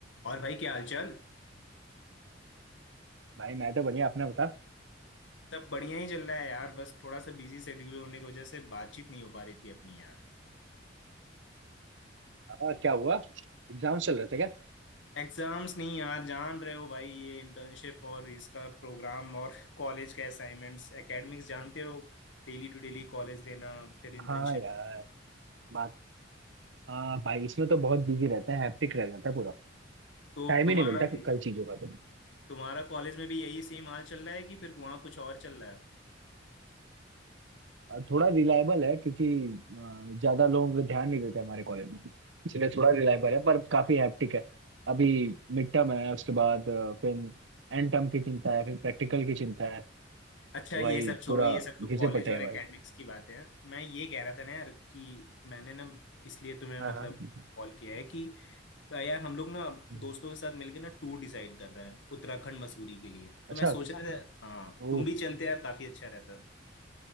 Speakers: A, on the left; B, on the right.
A: और भाई क्या हालचाल
B: भाई मैं तो बढ़िया अपना बता
A: सब बढ़िया ही चल रहा है यार बस थोड़ा सा बिजी शेड्यूल होने की वजह से बातचीत नहीं हो पा रही थी अपनी यार
B: आ, क्या हुआ एग्जाम चल रहे थे क्या
A: एग्जाम्स नहीं यार जान रहे हो भाई ये इंटर्नशिप और इसका प्रोग्राम और <laughs> कॉलेज के असाइनमेंट्स एकेडमिक्स जानते हो डेली टू डेली कॉलेज लेना फिर इंटर्नशिप
B: हाँ यार बात हाँ भाई इसमें तो बहुत बिजी रहते हैं हैप्टिक रह जाता है पूरा
A: तो
B: टाइम
A: तुम्हारा
B: ही नहीं मिलता कि- कई चीजों का तो
A: तुम्हारा कॉलेज में भी यही सेम हाल चल रहा है कि फिर वहाँ कुछ और चल रहा है
B: और थोड़ा रिलायबल है क्योंकि अ, ज्यादा लोग ध्यान नहीं देते हमारे कॉलेज में इसलिए थोड़ा रिलायबल है पर काफी हैप्टिक है अभी मिड टर्म है उसके बाद अ, फिर एंड टर्म की चिंता है फिर प्रैक्टिकल की चिंता है तो
A: अच्छा ये
B: भाई
A: सब छोड़ो
B: पूरा
A: ये सब तो
B: घिसे
A: कॉलेज
B: पटे
A: और
B: है भाई
A: एकेडमिक्स की बातें हैं मैं ये कह रहा था ना यार कि मैंने ना इसलिए तुम्हें
B: हाँ
A: मतलब
B: हाँ
A: कॉल किया है कि यार हम लोग ना
B: हम्म।
A: दोस्तों के साथ मिलकर ना टूर डिसाइड कर रहे हैं उत्तराखंड मसूरी के लिए तो
B: अच्छा
A: मैं सोच रहा था हाँ
B: वो
A: तुम भी चलते यार काफी अच्छा रहता